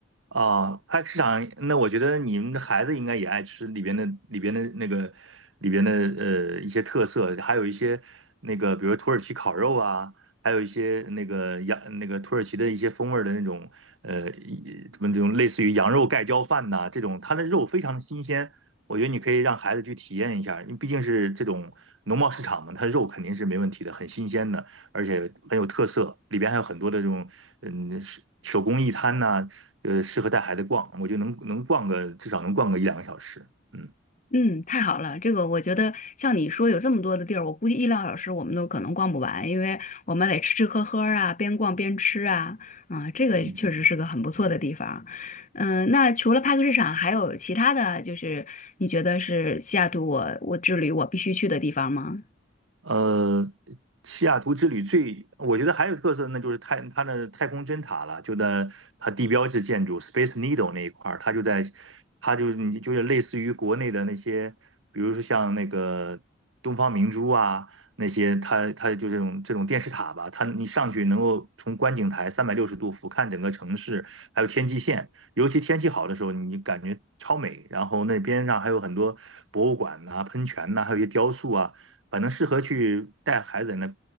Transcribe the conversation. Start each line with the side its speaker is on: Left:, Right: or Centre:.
Right: 啊，菜市场，那我觉得你们的孩子应该也爱吃里边的里边的那个里边的呃一些特色，还有一些那个，比如土耳其烤肉啊，还有一些那个羊那个土耳其的一些风味儿的那种呃一什么这种类似于羊肉盖浇饭呐、这种它的肉非常的新鲜，我觉得你可以让孩子去体验一下，因为毕竟是这种农贸市场嘛，它肉肯定是没问题的，很新鲜的。而且很有特色，里边还有很多的这种嗯手手工艺摊呐、呃，适合带孩子逛，我就能能逛个至少能逛个一两个小时，嗯。
Left: 嗯，太好了，这个我觉得像你说有这么多的地儿，我估计一两个小时我们都可能逛不完，因为我们得吃吃喝喝啊，边逛边吃啊，啊、这个确实是个很不错的地方。
Right: 嗯
Left: 嗯、那除了派克市场，还有其他的就是你觉得是西雅图我我之旅我必须去的地方吗？
Right: 呃，西雅图之旅最，我觉得还有特色，那就是太它的太空针塔了，就在它地标式建筑 Space Needle 那一块儿，它就在，它就你就是类似于国内的那些，比如说像那个东方明珠啊那些，它它就这种这种电视塔吧，它你上去能够从观景台三百六十度俯瞰整个城市，还有天际线，尤其天气好的时候，你感觉超美。然后那边上还有很多博物馆呐、喷泉呐、还有一些雕塑啊。反正适合去带孩子那，